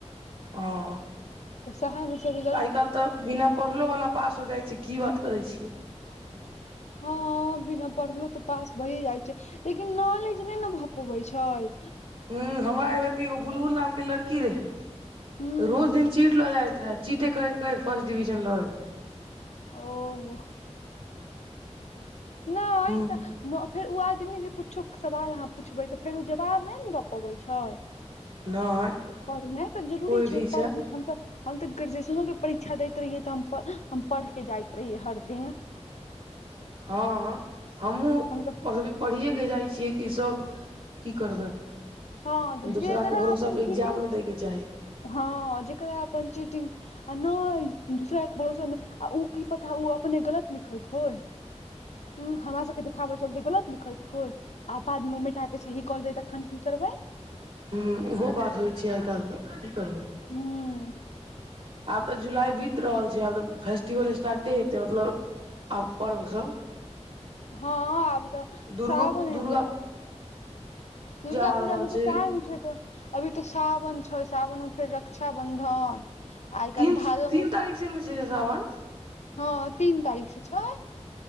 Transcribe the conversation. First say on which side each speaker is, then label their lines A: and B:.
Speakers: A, on the right; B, on the left.
A: अऽ
B: तऽ सहाय <unintelligible>
A: आइ काइल तऽ बिना पढ़लो वाला पास होय जाइ छैय की बात करैय छियै
B: <inaudible> हँ बिना पढ़लो तऽ पास भोये जाय छैय लेकिन नॉलेज नै न भऽ पबैय छैय
A: हूँ हमरा इधर केँ एगो बुलबुल नाम केँ लड़की रहे
B: ह
A: रोज दिन चीट लऽ जाइत रहैय चीटे करैत करैत फर्स्ट डिविजन लो ऐलै
B: ओ व नै
A: ह
B: तऽ न फेर उ आदमी जे कुछो सवाल अहाँ पूछबै तऽ फेर उ जवाब नै न दऽ पबैय छैय
A: नहि
B: <inaudible> पढ़नाइ तऽ जरूरी
A: कोइ
B: छैय
A: भी छै
B: पढ़ लिखन तऽ हम तऽ ग्रेजुएशनो के परीक्षा दैत रहियै तऽ हम हम पढ़ के जायत रहियै हर दिन
A: हँ <inaudible> हमूँ
B: हम तऽ
A: अभी पढ़िये केँ जाय छियै की सब की करबै
B: हँ तऽ
A: दूसरा
B: जेकरा
A: केँ भरोसा
B: अपन
A: पे
B: चीटिंग
A: एग्जाम नै दै केँ चाही
B: हँ जकरा अपन चीटिंग आ नै दूसरा केँ भरोसामे आ उ की पता उ अपने गलत लिखैत होय हुॅं हमरा सबके देखाबऽ चलते गलत लिखैत होय आ बादमे मिटाके सही कऽ लैत तखन की करबै
A: हूॅं ओहो बात होइ छैय आइ काइल तऽ की करबै
B: हूँ <inaudible>
A: आब तऽ जुलाई बीत रहल छैय आब तऽ फेस्टिवल स्टार्ट हेयतै मतलब आब पर्ब सब
B: हँ आब तऽ
A: दुर्गो
B: सावन <inaudible>
A: दुर्गा
B: हेतै दुर्गा
A: आ
B: पूजा
A: रहल
B: मे
A: छै
B: तऽ टाइम छै तऽ अभी तऽ सावन छै सावनमे फेर रक्षाबंधन आइ
A: तीन
B: काल्हि भादो
A: तीन
B: मे
A: तारीख से नै छै सावन
B: हँ तीन तारीख स छै